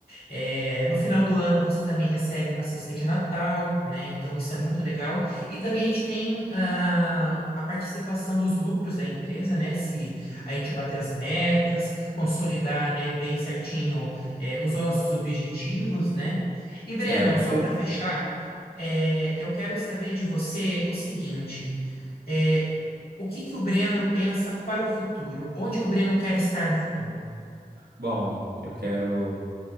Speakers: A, on the left; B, on the right.
A: É, no final do ano você também recebe uma cesta de Natal, né? Então isso é muito legal. E também a gente tem ah, a participação dos lucros da empresa, né? Se a gente bater as metas, consolidar, né, bem certinho eh, os nossos objetivos, né? E Breno,
B: certo.
A: só para fechar, eh, eu quero saber de você o seguinte: eh, o que que o Breno pensa para o futuro? Onde o Breno quer estar no futuro?
B: Bom, eu quero.